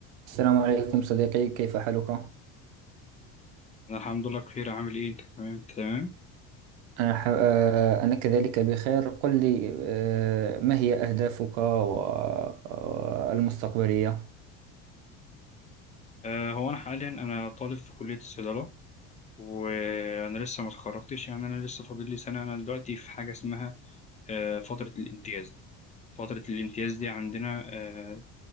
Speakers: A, on the right; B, on the left.
A: السلام عليكم صديقي كيف حالك؟
B: انا الحمد لله بخير عامل ايه انت تمام تمام
A: أنا ح... آه، أنا كذلك بخير قل لي آه، ما هي أهدافك و- آه، المستقبلية؟
B: آه هو انا حاليا انا طالب في كلية الصيدلة وانا لسه ما اتخرجتش يعني انا لسه فاضل لي سنة انا دلوقتي في حاجة اسمها آه فترة الامتياز فترة الامتياز دي عندنا آه